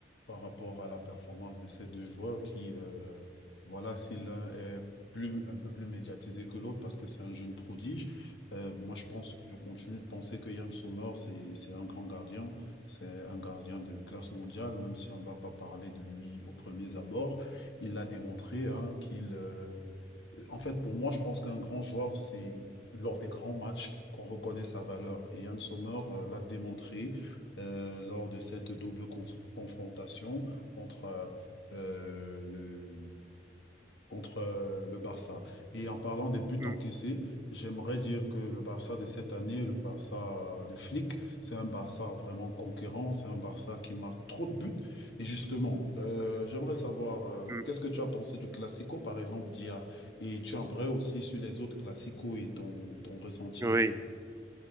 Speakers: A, on the left; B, on the right.
A: par rapport à la performance de ces deux joueurs qui, euh, voilà, si l'un est plus, un peu plus médiatisé que l'autre parce que c'est un jeune prodige, euh, moi je pense, je continue de penser que Yann Sommer, c'est, c'est un grand gardien, c'est un gardien de classe mondiale, même si on ne va pas parler de lui aux premiers abords. Il l'a démontré, hein, qu'il, euh, en fait, pour moi, je pense qu'un grand joueur, c'est lors des grands matchs qu'on reconnaît sa valeur. Et Yann Sommer euh, l'a démontré euh, lors de cette double con- confrontation contre euh, euh, le, contre euh, le Barça. Et en parlant des buts
B: Mm,
A: encaissés, j'aimerais dire que le Barça de cette année, le Barça de Flick, c'est un Barça vraiment conquérant, c'est un Barça qui marque trop de buts. Et justement, euh, j'aimerais savoir, euh,
B: mm,
A: qu'est-ce que tu as pensé du Classico, par exemple, d'hier? Et tu aimerais aussi sur les autres Classicos et ton, ton ressenti
B: oui,
A: en général.